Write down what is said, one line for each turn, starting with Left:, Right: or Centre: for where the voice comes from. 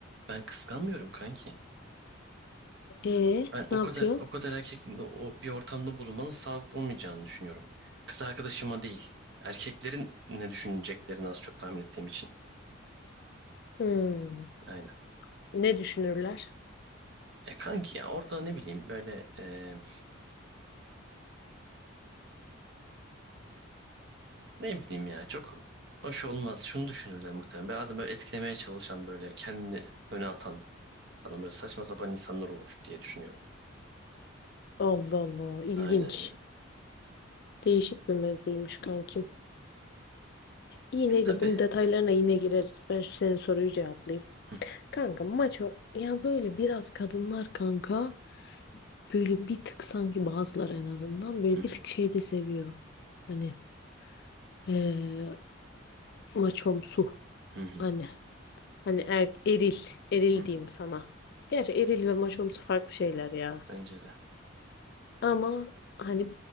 Right: Ben kıskanmıyorum kanki.
Left: E
Right: Ben o
Left: ne yapıyorsun?
Right: kadar o kadar erkekle o bir ortamda bulunmanın sağlıklı olmayacağını düşünüyorum. Kız arkadaşıma değil. Erkeklerin ne düşüneceklerini az çok tahmin ettiğim için.
Left: Hmm.
Right: Aynen.
Left: Ne düşünürler?
Right: E kanki ya orada ne bileyim böyle e, ne bileyim ya çok hoş olmaz. Şunu düşünürler muhtemelen. Bazen böyle etkilemeye çalışan böyle kendini öne atan falan böyle saçma sapan insanlar olur diye düşünüyorum.
Left: Allah Allah ilginç.
Right: Aynen yani.
Left: Değişik bir mevzuymuş kankim. İyi
Right: E
Left: neyse
Right: tabii.
Left: bunun detaylarına yine gireriz. Ben şu senin soruyu cevaplayayım.
Right: Hı
Left: Kanka maço ya böyle biraz kadınlar kanka böyle bir tık sanki bazıları en azından böyle
Right: hı
Left: bir tık şey de seviyor. Hani eee maçomsu
Right: hı hı.
Left: hani hani er, eril eril
Right: hı.
Left: diyeyim sana. Gerçi eril ve maçomsu farklı şeyler ya.
Right: Bence de.
Left: Ama hani